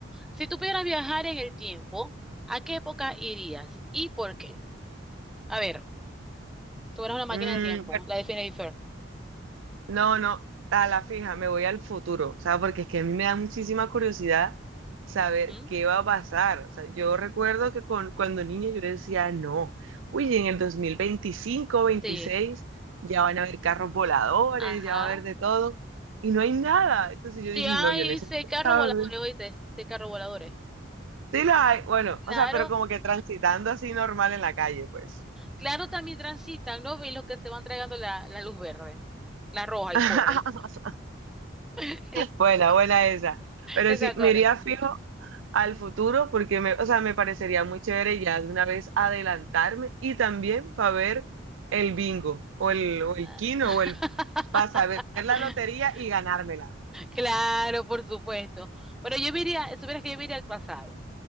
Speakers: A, in the centre; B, on the right.
A: Si tú pudieras viajar en el tiempo, ¿a qué época irías y por qué? A ver, tú eres una máquina
B: Mm,
A: del tiempo,
B: bueno,
A: la de Phineas y Ferb.
B: no, no, a la fija, me voy al futuro, o sea, porque es que a mí me da muchísima curiosidad saber
A: ¿Mm?
B: qué va a pasar. O sea, yo recuerdo que con, cuando niña yo decía, no, uy, en el 2025, 26,
A: Sí,
B: ya van a haber carros voladores,
A: ajá.
B: ya va a haber de todo, y no hay nada. Entonces yo
A: Sí,
B: dije,
A: hay
B: no, yo necesito
A: seis carros
B: saber
A: voladores, oíste, seis carros voladores.
B: Sí la hay, bueno,
A: Claro,
B: o sea, pero como que transitando así normal en la calle, pues.
A: claro, también transitan, ¿no? Y los que se van tragando la, la luz verde, la roja y
B: <laughs>
A: corre. <laughs>
B: Buena, buena esa. Pero
A: Esa
B: sí,
A: corre.
B: me iría fijo al futuro porque me, o sea, me parecería muy chévere ya de una vez adelantarme y también para ver el bingo o el, o el
A: <laughs>
B: quino o el, para saber la lotería y ganármela.
A: Claro, por supuesto. Pero yo iría, supieras que yo iría al pasado